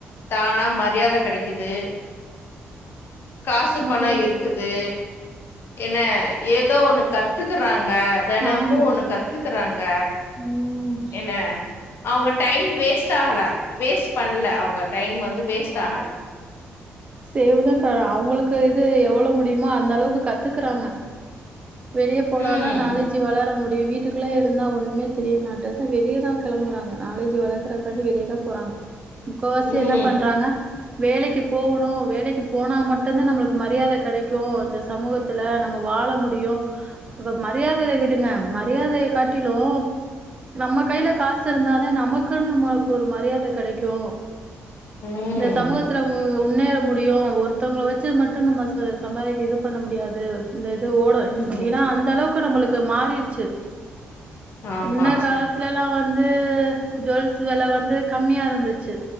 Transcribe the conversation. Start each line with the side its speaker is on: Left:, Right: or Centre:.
Left: தானா மரியாத கெடைக்குது காசு
Right: மரியாதை
Left: பணோ இருக்குது என்ன ஏதோ ஒண்ணு கத்துக்குறாங் க தெனமு
Right: ஆமா
Left: ஒண்ணு கத்துக்குறாங்க
Right: ம்
Left: என்ன அவுங்க டைம் வேஸ்ட் ஆகல வேஸ்ட் பண்ல அவுங்க டைம் வந்து வேஸ்ட் ஆகல
Right: சேவ் தா <unintelligible> அவுங்களுக்கு இது எவ்ளோ முடியுமோ அந்த அளவுக்கு கத்துக்குறாங்க வெளியே போனாதா
Left: ம்
Right: நாலேஜி வளர முடி அப்டே வீட்டுக்குள்ளே இருந்தா ஒண்ணுமே தெரிய மாட்டது வெளியேதா கிளம்புறாங்க நாலேஜ் வளர்க்குறக்காண்டி வெளியதா போறாங்க முக்கவாசி
Left: ம்
Right: என்ன பண்றாங்க வேலைக்கு போவணு வேலைக்கு போனா மட்டு தா நம்ப்ளுக்கு மரியாத கெடைக்கு இந்த சமூகத்துல நம்ம வாழ முடியு இப்ப மரியாதய விடுங்க மரியாதய காட்டிலு நம்ம கைல காசு இருந்தா தா நமக்குன் நம்மளுக்கு ஒரு மரியாத கெடைக்கு
Left: ம்
Right: இந்த சமூகத்துல மு முன்னேற முடியு ஒருத்தவங்கள வச்சு மட்டு நம்ப ச சம்பாதிக்க இது பண்ண முடியாது இந்த இது ஓட
Left: ம்
Right: ஏன்னா அந்த அளவுக்கு நம்புளுக்கு <unintelligible> மாறிருச்சு
Left: ஆமா
Right: முன்ன காலத்துல எல்லா வந்து ஜுவல்ஸ் வெல வந்து கம்மியா இருந்துச்சு